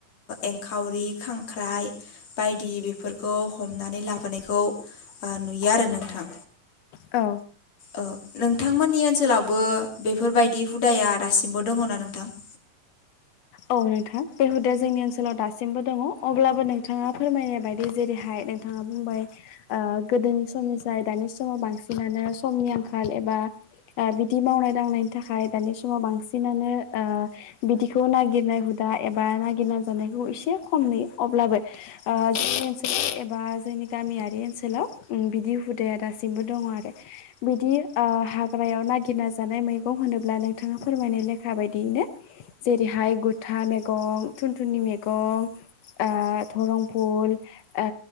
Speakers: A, on the left; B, on the left.
A: एंखावरि खांख्राइ बायदि बेफोरखौ हमनानै लाबोनायखौ ओ नुयो आरो नोंथां
B: औ
A: औ नोंथांमोननि ओनसोलावबो बेफोरबायदि हुदाया दासिमबो दङना नोंथां <inaudible>
B: औ नोंथां बे हुदाया जोंनि ओनसोलाव दासिमबो दङ अब्लाबो नोंथाङा फोरमायनाय बायदि जेरैहाय नोंथाङा बुंबाय ओ गोदोनि समनि स्राय दानि समाव बांसिनानो समनि आंखाल एबा ओ बिदि मावनाय दांनायनि थाखाय दानि समाव बांसिनानो ओ बिदिखौ नागि गिरनाय हुदा एबा नागिरनाय जानायखौ एसे खम नुयो अब्लाबो ओ जोंनि ओनसोलनि बा जोंनि गामियारि ओनसोलाव बिदि हुदाया दासिमबो दङ आरो बिदि ओ हाग्रायाव नागिरना जानाय मैगं होनोब्ला नोंथाङा फोरमायनाय लेखा बायदियैनो जेरैहाय गुथा मेगं थुन थुननि मेगं ओ धरं फुल ओ